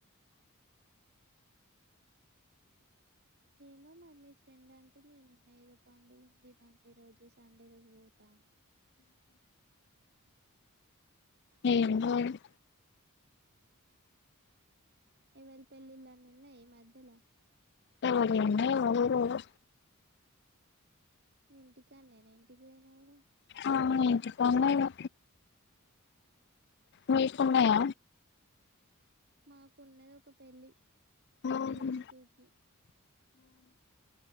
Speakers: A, on the right (about 50°); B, on the left (about 50°).
A: ను మరి మీ ఫ్రెండాంటే నేను నిన్న ఏదో పండుగ ఉంది మండే రోజు సండే రోజు పోతాని
B: ఏ లేదు ఏం పని లేదు ఏం లేదు
A: ఎవరి పెళ్ళిళ్ళన్న ఉన్నాయ ఈ మధ్యల
B: ఎవరియి ఉన్నయి ఎవరియి లేవు
A: ఇంటికాన్నేన ఇంటికి పోయినాగుడ
B: ఆ ఇంటికాన్నే ఇగ మీకున్నయా
A: మాకున్నది ఒక పెళ్లి
B: ఉహు
A: ట్వంటీ టూ కి